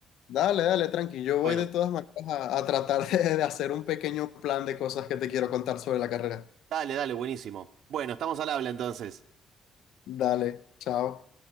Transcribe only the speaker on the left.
Dale, dale, tranqui. Yo voy
de todas maneras a, a tratar de de hacer un pequeño plan de cosas que te quiero contar sobre la carrera.
Dale, chao.